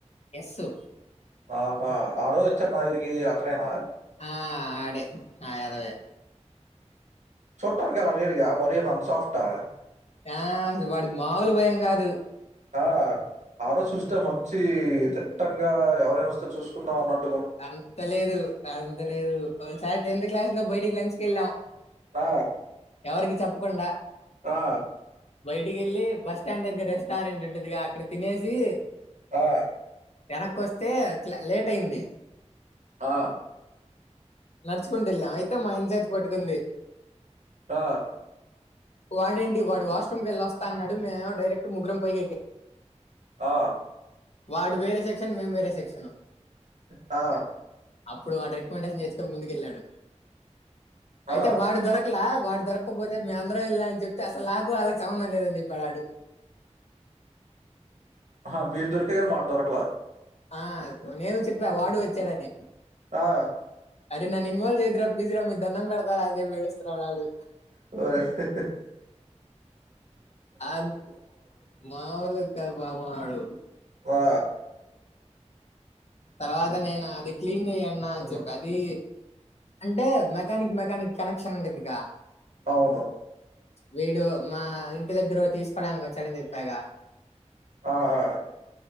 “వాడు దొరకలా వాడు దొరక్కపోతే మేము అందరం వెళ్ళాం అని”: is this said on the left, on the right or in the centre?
Left